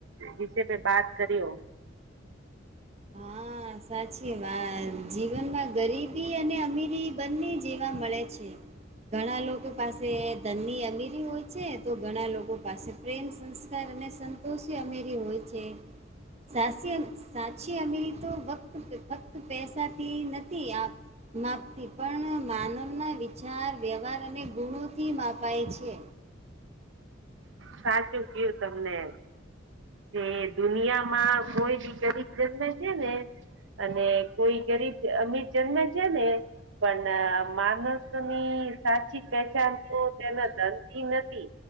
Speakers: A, on the right; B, on the right.
A: વિશે પે બાત કરી્યો
B: હા સાચી વાત જીવનમાં ગરીબી અને અમીરી બંને જેવા મળે છે ઘણા લોકો પાસે ધનની અમીરી હોય છે તો ઘણા લોકો પાસે પ્રેમ સંસ્કાર અને સંતોષી અમેરી હોય છે સાસીયન ખુશી અમીરી તો વક્ત ફક્ત પૈસાથી નથી આવ માપતી પણ માનવના વિચાર વ્યવહાર અને ગુણોથી માપાય છે
A: સાચું કયું તમને કે દુનિયામાં કોઈ બી ગરીબ જન્મ છે ને અને કોઈ ગરીબ અમીર જન્મે છે ને પણ માનસની સાચી પહેચાન તો તેને ધનતી નથી